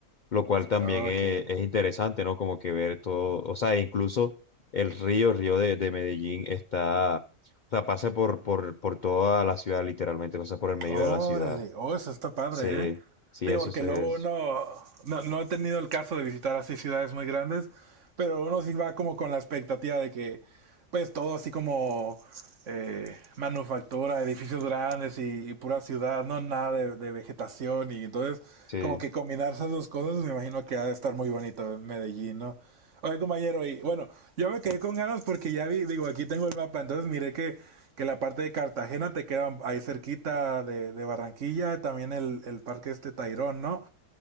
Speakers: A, on the left; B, on the right.
A: lo cual también
B: Ok.
A: es, es interesante, ¿no? Como que ver todo, o sea, incluso el río, el río de, de Medellín está, o sea, pasa por, por, por toda la ciudad, literalmente, pasa por el medio
B: Órale,
A: de la ciudad.
B: oh, eso está padre,
A: Sí,
B: ¿eh?
A: sí,
B: Digo,
A: eso
B: porque luego
A: es,
B: uno, no, no he tenido el caso de visitar así ciudades muy grandes, pero uno sí va como con la expectativa de que, pues todo así como eh, manufactura, edificios grandes y, y pura ciudad, no nada de, de vegetación y entonces
A: sí,
B: como que combinar esas dos cosas me imagino que ha de estar muy bonito en Medellín, ¿no? Oye, compañero, y bueno, yo me quedé con ganas porque ya vi, digo, aquí tengo el mapa, entonces miré que que la parte de Cartagena te queda ahí cerquita de, de Barranquilla, también el, el parque este Tairón, ¿no?